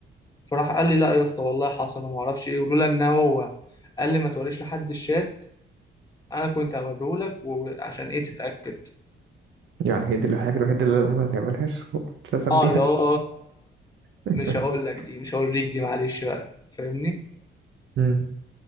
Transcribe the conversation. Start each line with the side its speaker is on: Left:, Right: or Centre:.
Left: فراح قال لي لا يا اسطى والله حصل وما اعرفش ايه ولولا ان هو قال لي ما توريش لحد الشات انا كنت هوريه لك وعشان ايه تتاكد
Right: يعني هي دي الحاجة الوحيدة اللي ما تعملهاش وتلزم
Left: اه
Right: بيها
Left: اللي هو
Right: <laughs>
Left: مش هقول لك دي مش هوريك دي معلش بقى فاهمني
Right: مم.